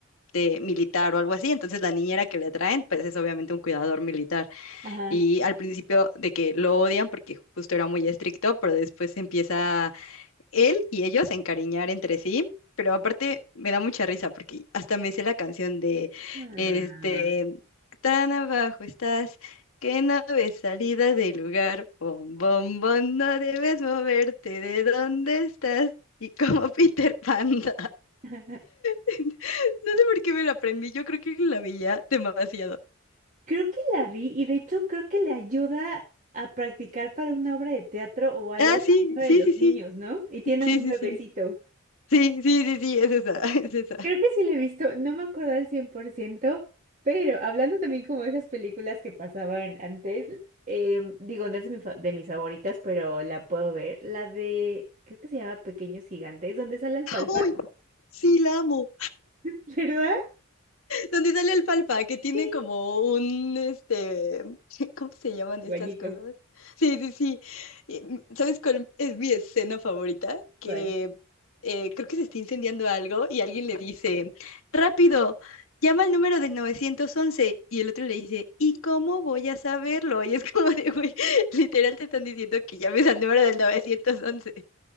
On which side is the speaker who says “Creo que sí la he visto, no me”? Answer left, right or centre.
Right